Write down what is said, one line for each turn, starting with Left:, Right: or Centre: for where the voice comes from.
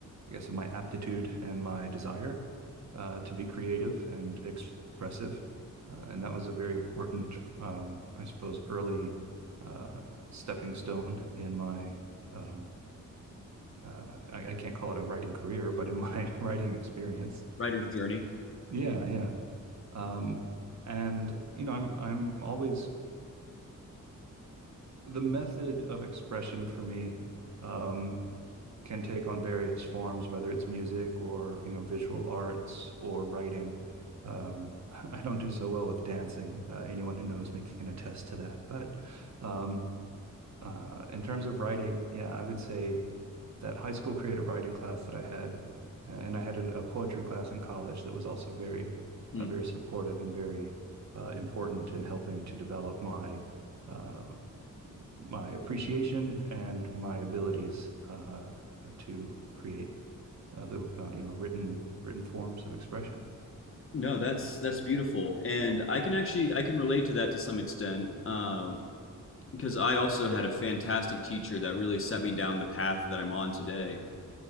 Right: I guess, of my aptitude and my desire uh, to be creative and expressive. Uh, and that was a very important, um, I suppose, early uh, stepping stone in my um, uh, I, I can't call it a writing career, but in my <laughs> writing experience.
Left: Writer's journey.
Right: Yeah, yeah. Um, and you know, I'm I'm always the method of expression for me um, can take on various forms, whether it's music or you know visual arts or writing. Um, <laughs> I don't do so well with dancing. Uh, anyone who knows me can attest to that. But um, Uh, in terms of writing, yeah, I would say that high school creative writing class that I had, uh, and I had an, a poetry class in college that was also very,
Left: Hmm.
Right: uh, very supportive and very uh, important in helping to develop my uh, my appreciation and my abilities uh, to create uh, the uh, you know written written forms of expression.
Left: No, that's that's beautiful, and I can actually I can relate to that to some extent. Um, because I also had a fantastic teacher that really set me down the path that I'm on today.